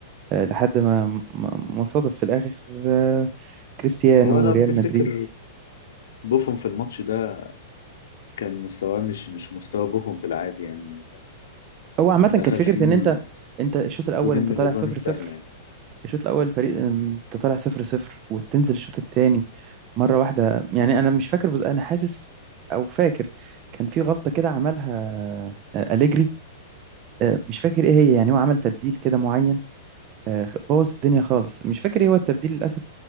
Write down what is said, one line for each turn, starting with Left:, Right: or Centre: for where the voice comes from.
Right: آه، لحد ما م- م- مصادف في الآخر آه، كريستيانو
Left: هو لو
Right: وريال
Left: بتفتكر
Right: مدريد
Left: بوفون في الماتش ده كان مستواه مش مش مستوى بوفون في العادي يعني
Right: هو عامة
Left: دخل
Right: كانت فكرة
Left: فيه
Right: إن أنت أنت الشوط الأول
Left: جولين
Right: أنت
Left: من الأجوان
Right: طالع 0-0
Left: السهلة يعني
Right: الشوط الاول الفريق أم، انت طالع صفر صفر وتنزل الشوط التاني مره واحده يعني انا مش فاكر بس انا حاسس او فاكر كان في غلطه كده عملها آه، أليجري آه، مش فاكر ايه هي يعني هو عمل تبديل كده معين آه، بوظ الدنيا خالص مش فاكر ايه هو التبديل للأسف